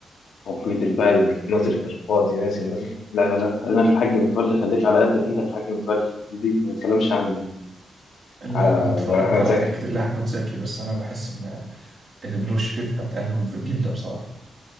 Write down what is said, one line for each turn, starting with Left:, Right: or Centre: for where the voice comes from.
Left: وفي البال نازل في القاضي نازل نازل لا لا لا خلينا في الحاج متولي خليك على قدك أنت في الحاج متولي دي ما بنتكلمش عن
Right: لا،
Left: آه،
Right: انا اتفرجت
Left: عن أحمد
Right: على
Left: زكي
Right: حاجات كتير لاحمد زكي بس انا بحس ان ان نور شريف اتقلهم في الجيل ده بصراحه